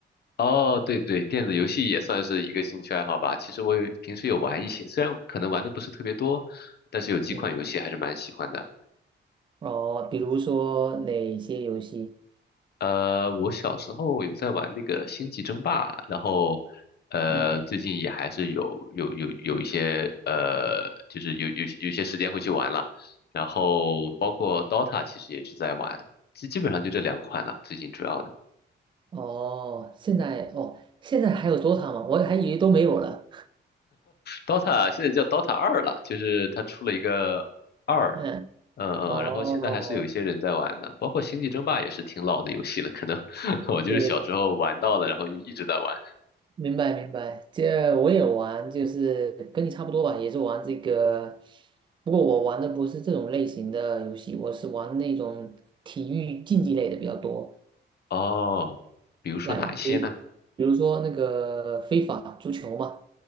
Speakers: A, on the left; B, on the right.
A: 哦，对对对，电子游戏也算是一个兴趣爱好吧。其实我有平时有玩一些，虽然可能玩的不是特别多，但是有几款游戏还是蛮喜欢的。
B: 嗯。哦，比如说哪些游戏？
A: 呃，我小时候有在玩那个《星际争霸》，然后，呃，
B: 嗯，
A: 最近也还是有有有有一些呃，就是有有有些时间会去玩了，然后包括 Dota 其实也是在玩，基基本上就这两款了，最近主要的
B: 哦，现在哦，现在还有 DOTA 吗？我还以为都没有了。
A: Dota 现在叫 Dota 二了，就是它出了一个二，
B: 嗯，
A: 嗯嗯，
B: 哦，
A: 然后现在还是有一些人在玩的，包括《星际争霸》也是挺老的游戏了，可能 <laughs> 我就是小时候玩到了，
B: 对，
A: 然后就一直在玩。
B: 明白明白。这我也玩，就是跟你差不多吧，也是玩这个。不过我玩的不是这种类型的游戏，我是玩那种体育竞技类的比较多。
A: 哦，比如说哪一些呢？
B: 来，比如比如说那个非法足球嘛，